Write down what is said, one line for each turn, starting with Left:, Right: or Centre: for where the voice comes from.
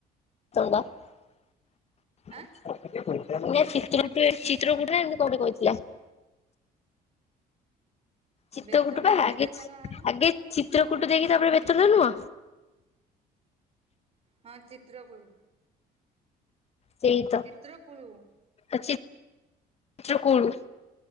Left: <inaudible>
Right: ଆଁ।
Left: <unintelligible> ଚିତ୍ରକୂଟ ନା ଏମିତି କୋଉଠି କହିଥିଲା। ଚିତ୍ର
Right: ବେତନା
Left: କୁଟ ବା ଆଗ
Right: କେବେ
Left: ଚି
Right: ତା ବାହାଘର?
Left: ଆଗେ ଚିତ୍ର କୁଟୁ ଦେଇକି ତାପରେ ବେତଡା ନୁହଁ।
Right: ହଁ ଚିତ୍ରକୁଳୁ।
Left: ସେଇତ
Right: ଚିତ୍ରକୂଳୁ
Left: ଆ ଚି ଚିତ୍ରକୁଳୁ।